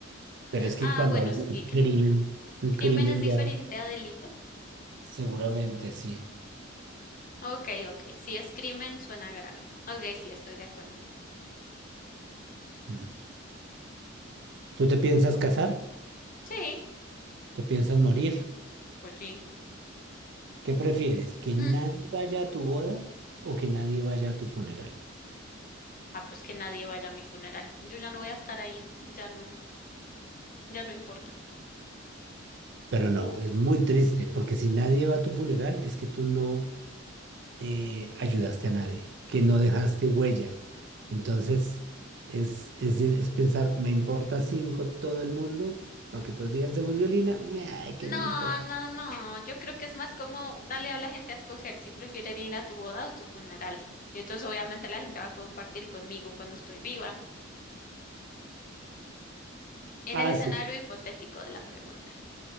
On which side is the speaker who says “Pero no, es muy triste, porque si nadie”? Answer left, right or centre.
Right